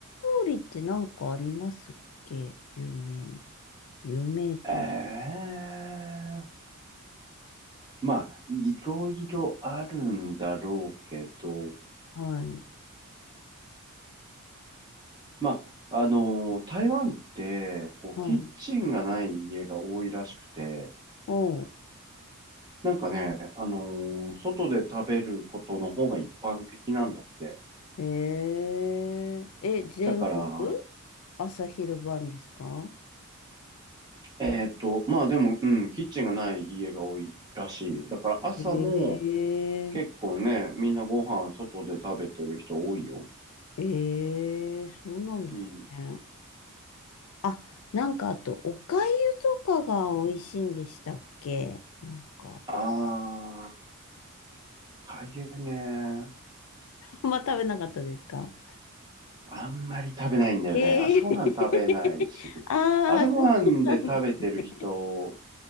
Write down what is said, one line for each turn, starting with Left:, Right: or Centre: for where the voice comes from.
Left: 料理って何かありますっけ有名。有名という。
Right: ええまあ、いろいろあるんだろうけど、
Left: はい。
Right: まあ、あの台湾って、こう、
Left: はい。
Right: キッチンがない家が多いらしくて、
Left: おう。
Right: なんかね、あの外で食べることの方が一般的なんだって。
Left: へえ。え、全部朝昼晩ですか
Right: だから、えっと、まあでも、うん、キッチンがない家が多いらしい。だから朝も、
Left: へえ。
Right: 結構ね、みんなご飯外で食べてる人多いよ。
Left: ええ、そうなんですね。
Right: うん。
Left: あ、なんかあと、お粥とかが美味しいんでしたっけなんか。
Right: ああ、かゆね。
Left: あんま食べなかったですか
Right: あんまり食べないんだよね。
Left: ええ。
Right: 朝ごはん食べないし。
Left: <laughs> ああ、
Right: 朝ごはんで食べてる人
Left: そうなんですね。